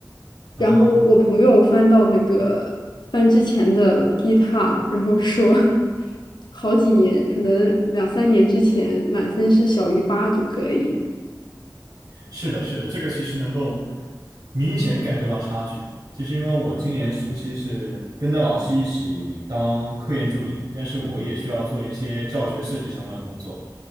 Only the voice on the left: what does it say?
然后我朋友翻到那个翻之前的 GitHub，然后说好几年，可能两三年之前满分是小于八就可以。